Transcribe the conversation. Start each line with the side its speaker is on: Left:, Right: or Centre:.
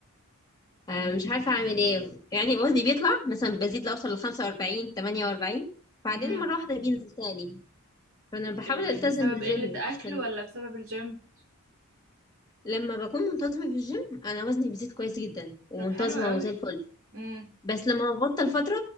Left: آه، مش عارفة أعمل إيه يعني وزني بيطلع مثلا بزيد لأوصل لخمسة وأربعين تمانية وأربعين بعدين
Right: امم
Left: مرة واحدة بينزل تاني فأنا بحاول
Right: إيه
Left: ألتزم
Right: بسبب
Left: بالجيم
Right: قلة أكل
Left: عشان
Right: ولا بسبب الجيم
Left: لما بكون منتظمة في الجيم أنا وزني بيزيد كويس جدا ومنتظمة
Right: طب حلو قوي
Left: وزي الفل
Right: امم
Left: بس لما ببطل فترة